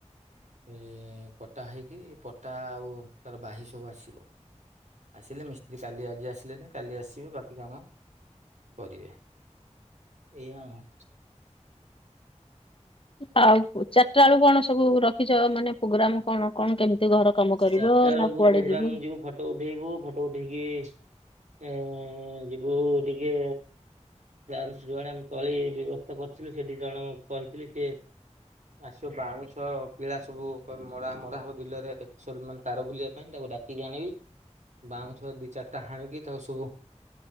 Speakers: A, on the right; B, on the left.
A: ଏ ଏ ଏଁ ଏଁ କଟା ହେଇକି ପଟା ଆଉ ତାର ବାହି ସବୁ ଆସିବ। ଆସିଲେ ମିସ୍ତ୍ରୀ କାଲି ଆଜି ଆସିଲେନି କାଲି ଆସିବେ ବାକି କାମ କରିବେ। ଏଇଆ ଆଉଁ।
B: ଆଉ ଚାରଟା ବେଳକୁ କଣ ସବୁ ରଖିଚ ମାନେ ପୋଗ୍ରାମ କଣ କଣ କେମତି ଘର କାମ କରିବ
A: ଚାରଟା ବେଳକୁ
B: ନା କୁଆଡେ
A: ପୋଗ୍ରାମ
B: ଯିବ
A: ଯିବୁ ଫଟ ଟୋ ଉଠେଇବୁ ଫଟୋ ଉଠେଇକି ଏଁ ଏଁ ଏଁ ଯିବୁ ଟିକିଏ ତାର ସେ ଯୁଆଡ଼େ ଆମେ ତଳି ବ୍ୟବସ୍ଥା କରଥିଲୁ ସେ ଦି ଜଣ କହିଥିଲି ସିଏ ଆସିବ ବାଉଁଶ କିଳା ସବୁ କ ମରା ମରା ହବ ବିଲରେ ସୋଲ ମାନ ତାର ବୁଲିବା ପାଇଁ ତାକୁ ଡ଼ାକିକି ଆଣିବି ବାଉଁଶ ଦି ଚାରଟା ହାଣିକି ତାକୁ ସବୁ